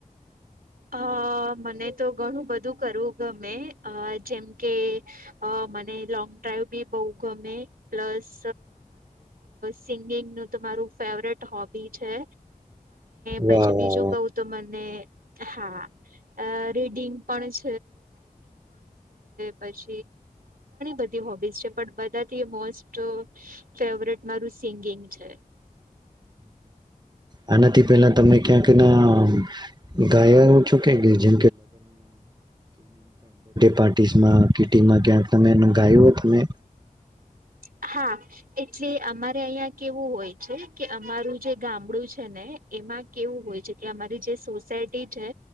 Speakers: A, on the right; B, on the right.
A: અ મને તો ઘણું બધું કરવું ગમે અ જેમ કે અ મને લોંગ ડ્રાઈવ બી બહુ ગમે પ્લસ સિગિંગ નૂ ફેવરીટ હોબી છે પ
B: વાહ
A: બીજું
B: વાહ
A: ક તો મને હા અ રીડિંગ પણ પછ બધી હોબી છે બધાથી <unintelligible> સ્ટ ફેવરેટ મારું સિંગિંગ છે.
B: આનાથી પેલા તમે ક્યા કે ના ગાય છો કે જેગે પાર ગ <unintelligible> તમે
A: <unintelligible> હા એટલે અમારે અહિયાં કેવું હોય છે કે અમારું જે ગામડું છે ને- એમાં કેવું હોય છે કે અમારી જે સોસાયટી છે